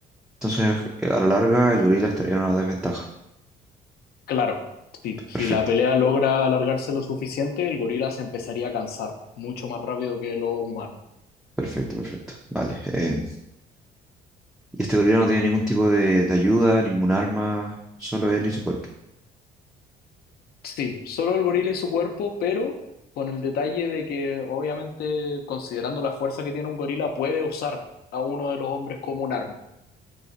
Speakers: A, in the centre; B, on the left.
A: entonces eh, a la larga el gorila estaría en una desventaja.
B: Claro, sí, si
A: Perfecto,
B: la pelea logra alargarse lo suficiente, el gorila se empezaría a cansar mucho más rápido que los humanos.
A: perfecto, perfecto. Vale. Eh, Y este gorila no tiene ningún tipo de, de ayuda, ningún arma, solo él y su cuerpo.
B: Sí, solo el gorila y su cuerpo, pero con el detalle de que obviamente considerando la fuerza que tiene un gorila, puede usar a uno de los hombres como un arma.